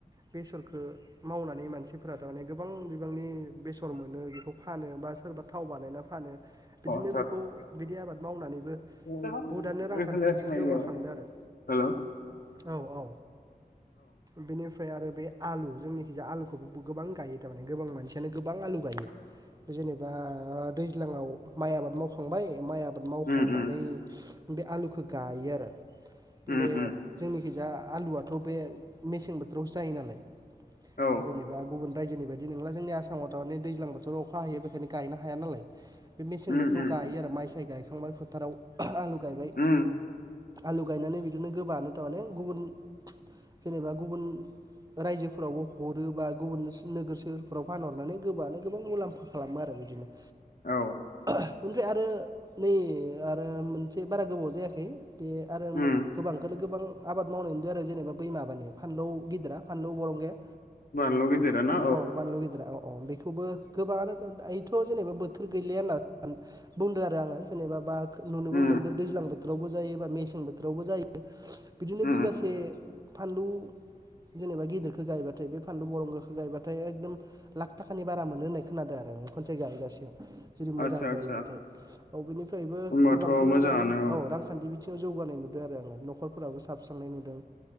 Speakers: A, on the right; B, on the left.
A: बेसर खो मावनानै मानसि फोरा थारमाने गोबां बिबांनि बेसर मोनो बेखौ फानो बा सोरबा थाव बानायना फानो। बिदिनो
B: अ आतसा
A: बेखौ बिनि आबाद मावनानैबो
B: हेल' औ
A: बहुतानो रांखान्थि बिथिंङाव जौगाखांदों आरो
B: औ
A: औ औ बिनिफ्राय ओमफ्राय आरो बे आलु जोंनिखिजाया आलुखौबो गोबां गायो थारमाने गोबां मानसियानो गोबां आलु गायो। जेनेबा दै दैज्लाङाव माइ आबाद मावखांबाय माइ आबाद आबाद मावखांनानै
B: उम उम
A: बे आलुखौ गायो आरो।
B: उम
A: बे
B: उम
A: जोंनिखैजा आलुआथ बे मेसें बोथोरावसो जायो नालाय।
B: औ
A: जेनेबा गुबुन रायजोनि बायदि नंला जोंनि आसामाव थारमानानि दैज्लां बोथोराव अखा हायो बेखायनो गायनो हाया नालाय। बे मेसें
B: उम
A: बोराव
B: उम
A: गायो आरो माइ गाय खांबा फोथाराव आलु गायबाय।
B: उम
A: आलु गायनानै बिदिनो गोबानो थारमाने गुबुन जेनेबा गुबुन रायजोफोरावबो हरो बा गुबुन नोगोर सोहोरफोराव फानहरनानै गोबांङानो गोबां मुलाम्फा खालामो आरो बिदिनो।
B: औ
A: बेनिफ्राय आरो नै आरो मोनसे बारा गोबाव जायाखै। बे आरो
B: उम
A: गोबांखौनो गोबां आबाद मावनायनि दारै जेनेबा बै माबानि फानलौ गिदिरा फानलौ बरबगाया
B: बानलु गेदेरा ना
A: औ बानलु गेदिरा औ औ बेखौबो गोबाङानो <unintelligible> थ' जेनेबा बोथोर गैलिया होनना बुंदों आरो आङो जेनेबा बा नुनोबो
B: उम
A: मोनदों दैज्लां बोथोरावबो जों जायोबा मेसें बोथोरावबो जायो। बिदिनो
B: उम
A: बिगासे फानलौ जेनेबा गिदिरखौ गायबाथाय बे फानलु बरंगाखौ गायबाथाय एकदम लाख थाखानि बारा मोनो होननाय खोनादों आरो आं खनसे गायगासेयाव। जुदि मोजां
B: आतसा आतसा
A: जायोबाथाय। <unintelligible> बिबो
B: होनबाथ'
A: गोबांखौनो
B: मोजाङानो
A: जानो औ रांखान्थि थियाव जौगानाय नुदों आरो आङो न'खरफोराबो साबस्रांनाय नुदों